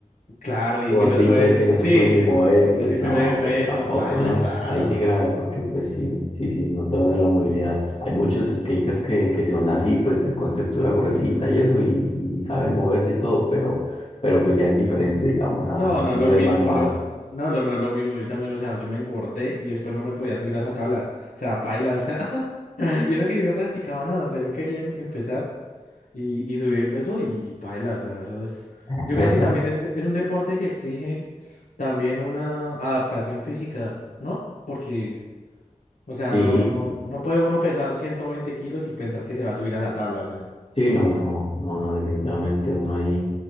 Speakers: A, on the left; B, on the left.
A: claro, y
B: gordito
A: si uno sube,
B: y que no
A: sí,
B: se puede ni
A: sí,
B: mover,
A: sí,
B: pues
A: y si
B: no,
A: sube de peso,
B: pues tampoco,
A: paila,
B: ¿no?
A: claro.
B: Ahí sí grave, porque pues sí, sí, sí, no te va a dar la movilidad. Hay muchos skaters que, que son así, pues de conceptura gruesita y eso, y, y saben moverse y todo, pero, pero pues ya es diferente, digamos, a,
A: No,
B: a un
A: no
B: nivel
A: es lo mismo,
B: más bajo.
A: yo, no, lo- no es lo mismo, yo también, o sea, yo me engordé y después no me podía subir a esa tabla, o sea, paila, o sea, <laughs> y eso que yo no practicaba nada, o sea, yo quería em- empezar. y, y subí de peso y, y paila, o sea, eso es,
B: <laughs>
A: yo creo que también es, e, es un deporte que exige también una adaptación física, ¿no? Porque, o sea,
B: Sí,
A: no, no, no, no puede uno pesar 120 kilos y pensar que se va a subir a la tabla, o sea,
B: sí, no, no, no, no, definitivamente uno ahí,